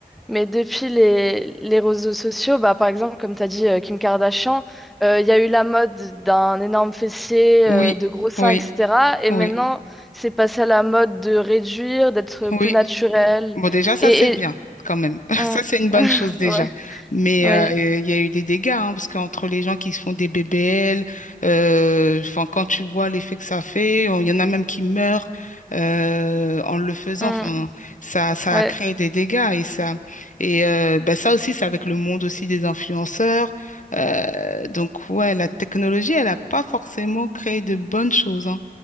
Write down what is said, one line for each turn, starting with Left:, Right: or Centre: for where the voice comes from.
Centre: mais depuis les, les réseaux sociaux, bah par exemple, comme tu as dit, euh, Kim Kardashian, euh, il y a eu la mode d'un énorme fessier,
Left: Oui,
Centre: euh, de gros seins,
Left: oui,
Centre: etc. Et
Left: oui,
Centre: maintenant, c'est passé à la mode de réduire, d'être plus
Left: oui.
Centre: naturel.
Left: Bon, déjà, ça,
Centre: Et,
Left: c'est bien, quand même. <laughs>
Centre: Mm.
Left: Ça, c'est une bonne
Centre: <laughs>
Left: chose déjà.
Centre: Ouais,
Left: Mais
Centre: ouais.
Left: euh, il y a eu des dégâts, hein, parce qu'entre les gens qui se font des BBL, euh, enfin, quand tu vois l'effet que ça fait, on- il y en a même qui meurent euh, en le faisant.
Centre: Mm.
Left: Enfin, ça, ça
Centre: Ouais.
Left: a créé des dégâts. Et ça, et euh, ben, ça aussi, c'est avec le monde aussi des influenceurs. Euh, donc, ouais, la technologie, elle n'a pas forcément créé de bonnes choses hein,